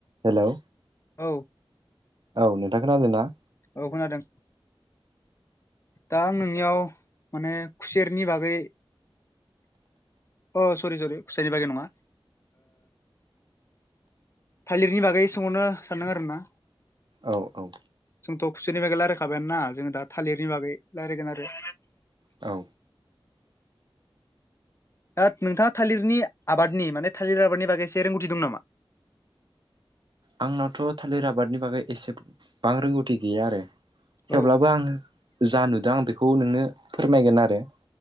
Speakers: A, on the right; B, on the left.
A: Hello
B: औ
A: औ नोंथां खोनादोंना
B: औ खोनादों दा आं नोंनियाव माने खुसेरनि बागै अ सरि सरि खुसाइनि बागै नंङा थालिरनि बागै सोंहरनो सानदों आरो ना
A: औ औ
B: जोंथ' खुसेनि बागै रायज्लायखाबाय ना जोंङो दा थालिरनि बागै रायज्लायगोन आरो
A: औ
B: दा नोंथांङा थालिरनि आबादनि माने थालिर आबादनि बागै एसे रोंगौथि दं नामा
A: आंनावथ' थालिर आबादनि बागै एसेबां रोंगौथि गैया आरो थेवब्लाबो
B: औ
A: आं जा नुदों आं बेखौ नोंनो फोरमायगोन आरो